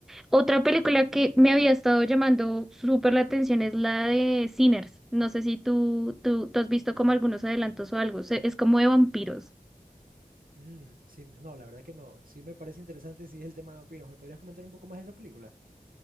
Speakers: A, in the centre; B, on the right.
A: Otra película que me había estado llamando súper la atención es la de Sinners. No sé si tú, tú, tú has visto como algunos adelantos o algo. Se- Es como de vampiros.
B: Mm, sí, no, la verdad que no. Sí me parece interesante si es el tema de vampiros. ¿Me podrías comentar un poco más de esa película?